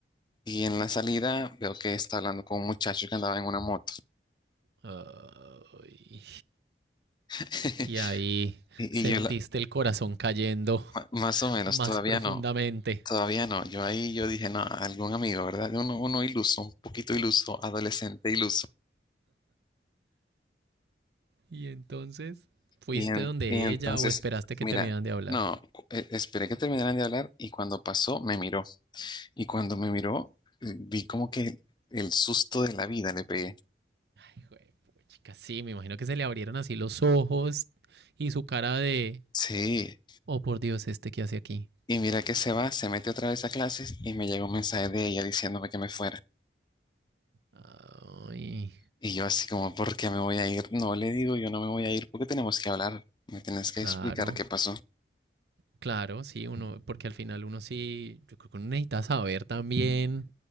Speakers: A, on the left (about 25°); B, on the right (about 70°).
A: Y en la salida veo que está hablando con un muchacho que andaba en una moto.
B: Ay.
A: <laughs>
B: Y ahí
A: Y,
B: sentiste
A: y yo, la-
B: el corazón cayendo
A: ma- más o menos,
B: más
A: todavía
B: profundamente.
A: no. Todavía no, yo ahí yo dije, no, algún amigo, ¿verdad? Uno, uno iluso, un poquito iluso, adolescente iluso.
B: Y entonces, ¿fuiste
A: Y, en-
B: donde
A: y entonces,
B: ella o esperaste que
A: mira,
B: terminaran de hablar?
A: no, cu- e- esperé que terminaran de hablar y cuando pasó me miró. Y cuando me miró, eh, vi como que el susto de la vida le pegué.
B: Hijo de puchica, sí, me imagino que se le abrieron así los ojos y su cara de,
A: Sí,
B: oh por Dios, este que hace aquí.
A: y mira que se va, se mete otra vez a clases y me llega un mensaje de ella diciéndome que me fuera.
B: Ay,
A: Y yo así como, ¿por qué me voy a ir? No le digo, yo no me voy a ir porque tenemos que hablar. Me tienes que
B: claro,
A: explicar qué pasó.
B: claro, sí, uno, porque al final uno sí, yo creo que uno necesita saber también,